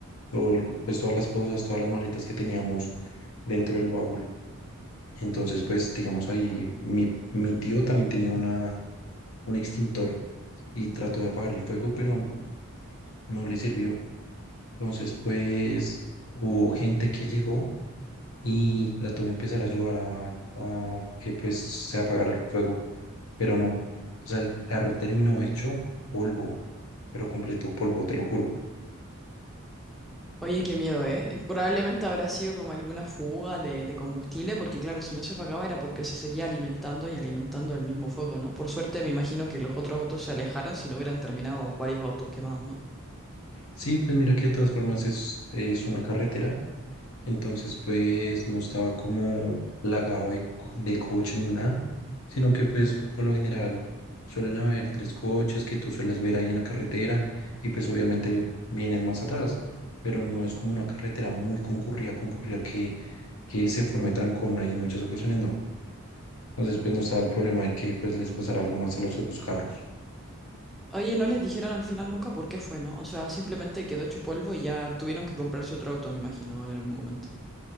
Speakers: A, on the left (about 70°); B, in the centre.
A: todo- pues todas las cosas, todas las maletas que teníamos dentro del baúl. Entonces, pues digamos ahí, mi, mi tío también tenía una un extintor y trató de apagar el fuego, pero no le sirvió. Entonces, pues hubo gente que llegó y trató de empezar a ayudar a, a que pues se apagara el fuego, pero no. O sea, el carro terminó hecho polvo, pero completo polvo, te lo juro.
B: Oye, qué miedo, ¿eh? Probablemente habrá sido como alguna fuga de, de combustible, porque claro, si no se apagaba era porque se seguía alimentando y alimentando el mismo fuego, ¿no? Por suerte me imagino que los otros autos se alejaron si no hubieran terminado varios autos quemados, ¿no?
A: Sí, pues mira que de todas formas es, es una carretera. Entonces, pues no estaba como plagado de, co- de coches ni nada, sino que pues por lo general suelen haber tres coches que tú sueles ver ahí en la carretera y pues obviamente vienen más atrás, pero no es como una carretera muy concurrida, concurrida que, que se forme trancón ahí en muchas ocasiones, no. Entonces, pues no estaba el problema de que pues les pasara algo más a los otros carros.
B: Oye, no les dijeron al final nunca por qué fue, ¿no? O sea, simplemente quedó hecho polvo y ya tuvieron que comprarse otro auto, me imagino, en algún momento.